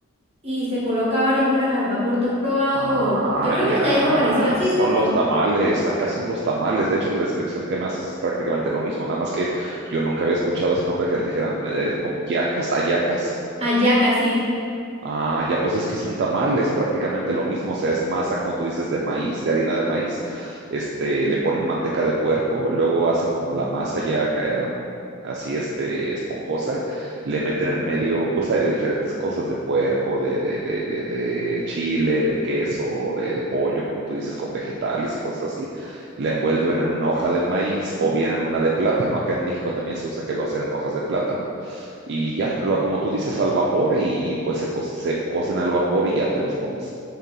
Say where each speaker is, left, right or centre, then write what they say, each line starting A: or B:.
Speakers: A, on the right; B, on the right.
A: y se coloca varias horas al vapor. ¿Tú has probado?
B: Ah,
A: Yo creo
B: ya.
A: que allá hay algo parecido así,
B: Son
A: ¿cierto?
B: los tamales. Acá son los tamales. De hecho, la descripción que me haces es prácticamente lo mismo, nada más que yo nunca había escuchado ese nombre que les dijeran eh, como yacas, ayacas.
A: Allá casi.
B: Ah, ya, pues es que es un tamal, es prácticamente lo mismo, o sea, es masa, como tú dices, de maíz, de harina de maíz, este, le ponen manteca de puerco, luego hacen como la masa ya ca- em, así, este, esponjosa, le meten en medio, pues hay de diferentes cosas, de puerco, de, de, de, de, de chile, de queso, de, de pollo, como tú dices, con vegetales y cosas así, la envuelven en una hoja de maíz o bien en una de plátano, acá en México también se usa que lo hacen en hojas de plátano y ya, lo- como tú dices, al vapor y, y, pues se, co- se cocen al vapor y ya te los comes.